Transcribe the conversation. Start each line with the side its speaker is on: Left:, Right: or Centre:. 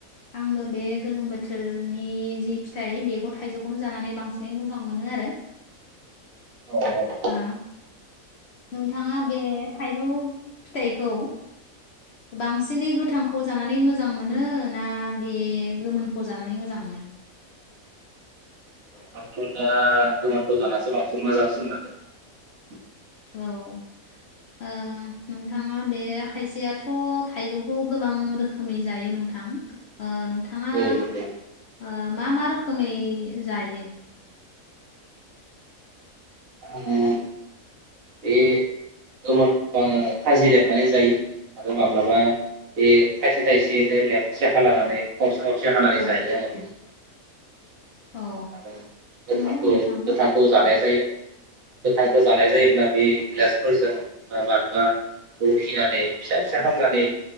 Left: आंबो बे गोलोम बोथोरनि नि जि फिथाइ बेखौ थाइजौखौनो जानानै बांसिनै मोजां मोनो आरो
Right: औ औ।
Left: ओम। नोंथांङा बे थाइजौ फिथाइखौ बांसिनै गोथांखौ जानानै मोजां मोनो ना बे गोमोनखौ जानानै मोजां मोनो?
Right: औ <inaudible> आंथ' दा गोमोन गोजानासो बांसिन मोजांसिन मोनदों
Left: औ ओ नोंथांङा बे खायसेयाथ' थाइजौखौ गोबां रोखोमै जायो नोंथां? ओ‌ नोंथांङा
Right: औ नंगौ
Left: ओ मा मा रोखोमै जायो?
Right: आङो बे गोमोनखौ खाजि लेमनानै जायो आरो माब्लाबा बे थाइसे थाइसेयैनो लेब सेखा लानानै खावसे खावसे हानानै
Left: औ
Right: जायो आङो बिदि।
Left: औ
Right: आरो गोथांखौ
Left: नंगौ नोंथां
Right: गोथांखौ जानाय जायो। गोथांखौ जानाय जायोब्ला बे गिलासफोरजों माबाथबा रुखिनानै फिसा फिसा खामनानै